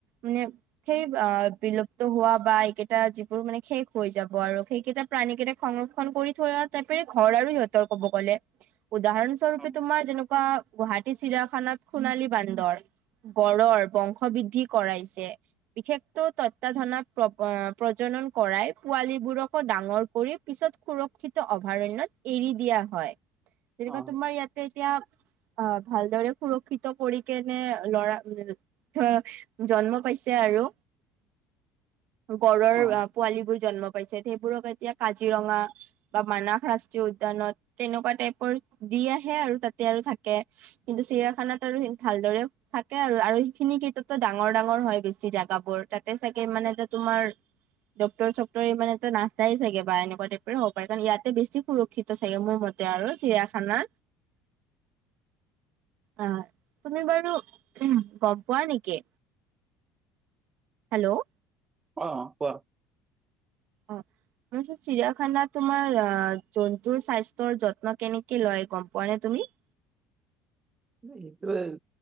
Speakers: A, on the right; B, on the right.
A: মানে সেই বিলুপ্ত হোৱা বা এইকেইটা যিবোৰ মানে শেষ হৈ যাব আৰু সেইকেইটা প্ৰাণী কেইটাক সংৰক্ষণ কৰি থোৱাটাইপৰে ঘৰ আৰু সিহতৰ ক'ব গ'লে উদাহৰণ স্বৰূপে
B: অ
A: তোমাৰ যেনেকুৱা গুৱাহাটী চিৰাখানাত সোনালী বান্দৰ গড়ৰ বংশ বৃদ্ধি কৰাইছে বিশেষত তত্বাধানত প্ৰজ- নন কৰাই পোৱালীবোৰকো ডাঙৰ কৰি পিছত সুৰক্ষিত অভয়াৰণ্যত এৰি দিয়া হয় যেনেকুৱা
B: অ
A: তুমাৰ ইয়াতে এতিয়া অ ভালদৰে সুৰক্ষিত কৰি কেনে ল'ৰা জন্ম পাইছে আৰু গড়ৰ
B: অ
A: পোৱালী বোৰ জন্ম পাইছে সেইবোৰক এতিয়া কাজিৰঙা বা মানস ৰাষ্ট্ৰীয় উদ্যানত তেনেকুৱা টাইপৰ দি আহে আৰু তাতে আৰু থাকে কিন্তু চিৰিয়াখানাত ভালদৰে থাকে আৰু আৰু সেইখিনি কেইটাতো ডাঙৰ ডাঙৰ হয় বেছি জাগা বোৰ তাতে চাগে মানে তাত তোমাৰ ডক্তৰ -চক্তৰে ই মানে নাচায় চাগে বা এনেকুৱা টাইপৰে হ'ব পাৰে কাৰণ ইয়াত বেছি সুৰক্ষিত চাগে মোৰ মতে আৰু চিৰিয়াখানা আহ তুমি বাৰু গম পোৱা নেকি হেল্ল'
B: অ কোৱা
A: অ ত চিৰিয়াখানাত তোমাৰ জন্তুৰ স্বাস্থ্যৰ যত্ন কেনেকে লয় গম পোৱা নে তুমি <inaudible>
B: সেইটোৱে